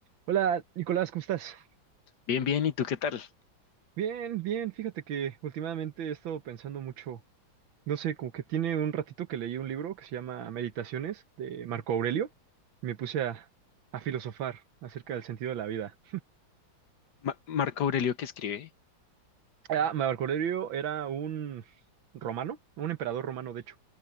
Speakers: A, on the right (about 75°); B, on the left (about 60°).
A: Hola, Nicolás, ¿cómo estás?
B: Bien, bien, ¿y tú qué tal?
A: Bien, bien, fíjate que últimamente he estado pensando mucho, no sé, como que tiene un ratito que leí un libro que se llama Meditaciones de Marco Aurelio, me puse a, a filosofar acerca del sentido de la vida.
B: Ma- ¿Marco Aurelio que escribe?
A: Ah, Marco Aurelio era un romano, un emperador romano de hecho,